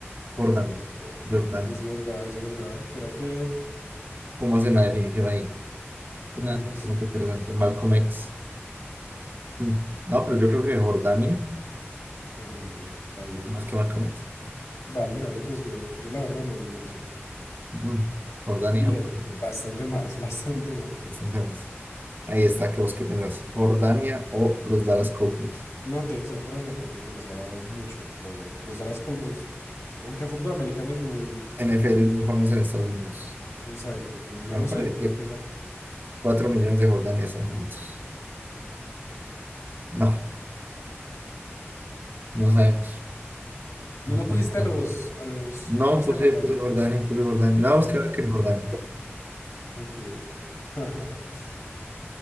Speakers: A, on the right; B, on the left.
A: Jordan.
B: eh, <laughs>
A: Jordan.
B: es verdad, es verdad. ¿Será que...?
A: ¿Cómo hacen la definición ahí? Suena
B: No lo sé.
A: como que interesante. Malcolm X. Mm. No, pero yo creo que Jordania,
B: La verdad, ya, está bien.
A: más que Malcolm X.
B: Dale, dale, pues yo, yo la verdad no, no lo sé.
A: Mm. Jordania.
B: Bien,
A: mm,
B: bastante más, <laughs> bastante más.
A: Enfrentemos. Ahí está, ¿qué vos qué pensás? ¿Jordania o los Dallas Cowboys?
B: No, tiene que ser Jordania porque es demasiado mucho, creo yo. Los Dallas Cowboys, aunque fútbol americano es muy
A: NFL
B: mainstream.
A: es muy famoso en Estados Unidos.
B: Exacto, no, no
A: Pero
B: lo
A: me parece
B: sé,
A: que
B: pero que sea.
A: 4 millones de Jordania están bonitos. No, no sabemos.
B: No,
A: No,
B: no pusiste
A: sabemos.
B: a los, a los,
A: No,
B: no pusiste
A: puse,
B: a Jordania.
A: puse Jordania, puse Jordania. No, vamos
B: Ok,
A: a quedar que en Jordania.
B: ok. <laughs>